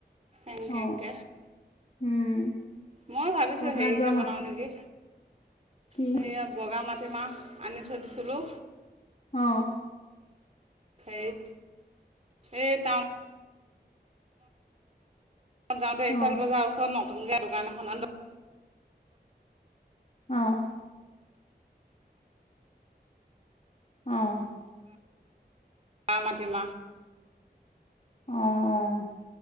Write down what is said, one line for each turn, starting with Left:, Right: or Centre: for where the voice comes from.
Right: এংগংগ
Left: অ উম
Right: মই ভাবিছো
Left: পথাৰত
Right: হেৰিকে
Left: যোৱা মান
Right: বনাও নেকি
Left: কি
Right: সেয়া বগা মাটিমাহ আনি থৈ দিছিলোঁ
Left: অ
Right: স এই ত যাওঁতে
Left: অ
Right: ষ্টাইল বজাৰ ওচৰত নতুনকৈ দোকান এখন আ
Left: অ আহ
Right: চমতিম
Left: অঁ অঁ